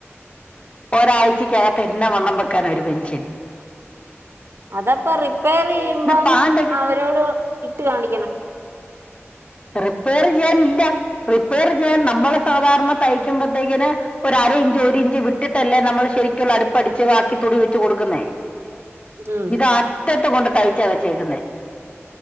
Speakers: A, on the left; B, on the right.
A: ഒരാഴ്ചക്കകത്ത് എന്നാ വണ്ണം വെക്കാന ഒരു മന്ഷ്യന്
B: അതപ്പൊ റിപ്പേറയ്യുമ്പം
A: പാണ്ടൊക്കെ
B: അവരോടു ഇട്ട് കാണിക്കണം
A: റിപ്പേർ ചെയ്യാനില്ല റിപ്പേർ ചെയ്യാൻ നമ്മള് സാധാരണ തയ്ക്കുമ്പത്തേക്കിന് ഒരു അര ഇഞ്ച് ഒരു ഇഞ്ച് വിട്ടിട്ടല്ലേ നമ്മള് ശരിക്കുള്ള അടുപ്പടിച്ച് ബാക്കി തുടി വെച്ച് കൊടുക്കുന്നേ.
B: ഉം
A: ഇത് അറ്റത്ത് കൊണ്ട് തഴിച്ചാ വച്ചേക്കുന്നെ